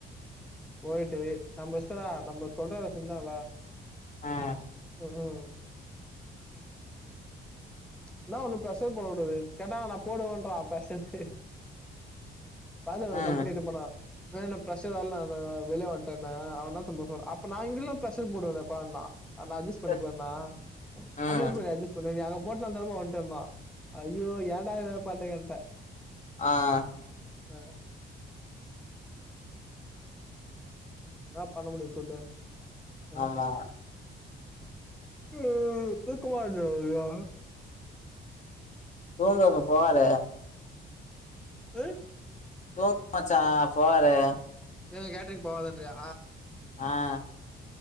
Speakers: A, in the centre; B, on the left.
A: போயிட்டு நம்ப இஷ்டதா நம்ப சொல்ற வேலைய செஞ்சாங்களா
B: அ
A: ம்ம் இன்னா ஒண்ணு ப்ரஷர் போடவுடாது கேட்டா நா போடுவோன்றா பிரஸர் பாதவு
B: ம்
A: ஒரு கம்பெனி இட்டுபோனா வேல ப்ரஷர் வேலண்ணனு நா வெளிய வன்ட்டண்ணன் அவ இன்னா தெரிமா சொல்றா அப்ப நா இங்கல்லா பிரெஷர் போடுவேனப்பான்னா நா அஜஸ் பண்ணிக்குவண்ணா
B: ம் ம்
A: அதெப்டிபா நீ அஜஸ் பண்ணுவ நீ அங்க முட்டாள்தனமா வன்ட்டன்னா ஐயோ ஏண்டா இதமாரி பண்றீங்கன்ட்ட
B: அ
A: வேற னா பண்ண முடியு சொல்லு ஆ.
B: ஆமா
A: கே தூக்கமா வருதுடா எனக்கு
B: தூங்கு அப்ப போவாத
A: ம்
B: <unintelligible> மச்சான் போவாரு சொன்னாரு
A: இனிமே கேட்ரிங் போவாதன்றியா
B: அ